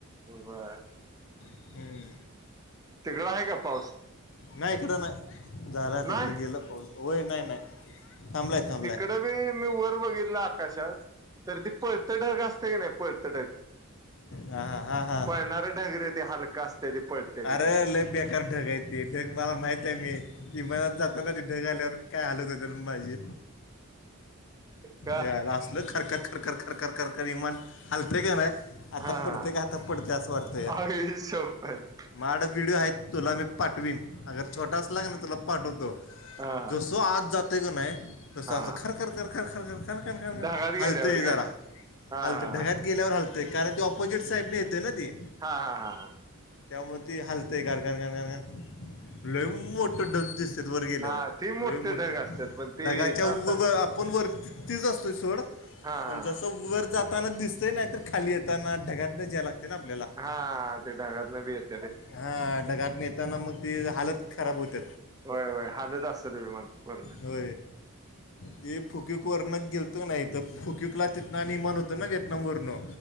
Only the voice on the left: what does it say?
हम्म.
नाही इकडं नाही झालात इकड
गेलं होय नाही नाही. थांबलाय थांब
हां हां हां हां
अरे लय बेकार ढग आहे ते ढग मला माहित आहे. मी की मनात जाताना ते ढे ग आल्यावर काय हलत हो माझी
याला असलं खरखर खरखर ख कर कर कर कर विमान हलते का नाही आहे आता
पडतंय काय का आता पडतंय असं वाटतंय
माड <inaudible> व्हिडिओ आहे तुला मी पाठ नवीन अगर छोटा अस लाग ना तुला पाठवतो
जसो आत जाते का नाही. तसचं
खर खर खर खर खन खन
हालते
जरा
हालते
ढगात गेल्यावर हलतययं कारण ती ऑपोजिट साइड न येते ना ती
त्यामुळे ते हालतयं गर गर गर गर लई मोठं ढग दिसतं वर गेल्यावर
लयं मोठं
ढगाच्या
आपण वर तिचं असतो सोड
पण
जसं वर जाताना दिसतंय नाही तर खाली येताना ढग यला लागते ना आपल्याला
हा ढगात न येताना मग ती हालत खराब होत.
हो. ते फुकक वरण गेलतो नाही तर फुककलाचेत ना आणि मण होतं ना येतना म वर्ण